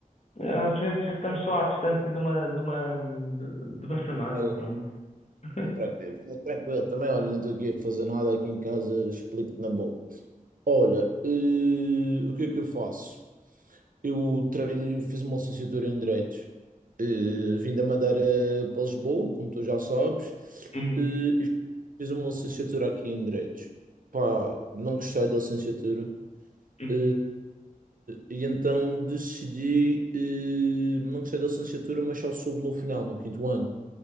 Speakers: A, on the left; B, on the right.
A: eh, às vezes estamos só à distância de uma, de uma, de uma chamada,
B: olha,
A: pronto. <laughs>
B: tranquilo, tranquilo. Também, olha, não estou aqui a fazer nada aqui em casa, explico-te na boa. Olha, eh, o que é que eu faço? Eu treino, fiz uma licenciatura em Direitos. Eh, vim da Madeira para Lisboa, como tu já sabes,
A: Uhum,
B: eh, e fiz uma licenciatura aqui em Direitos. Pá, não gostei da licenciatura.
A: uhum.
B: Eh, e então decidi, eh, não gostei da licenciatura, mas só soube no final, no quinto ano.